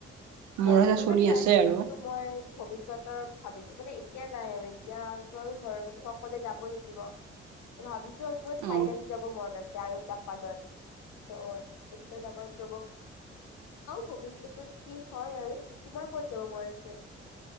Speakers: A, on the right (about 70°); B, on the left (about 65°).
A: মোৰ
B: বৰ্তমান
A: এটা চলি
B: নাই।
A: আছে আৰু
B: কিন্তু মই ভৱিষ্যত ত ভাবিছো মানে এতিয়া নাই আৰু এতিয়া তো আৰু ঘৰৰ মানুহ সকলোৱে যাব নিদিব। ভাবিছো আৰু মোৰ
A: অ
B: থাইলেণ্ড যাব মন আছে আৰু জাপানত। <unintelligible> চাও ভৱিষ্যতে। কি হয় আৰু তোমাৰ ক'ত যাব মন আছে?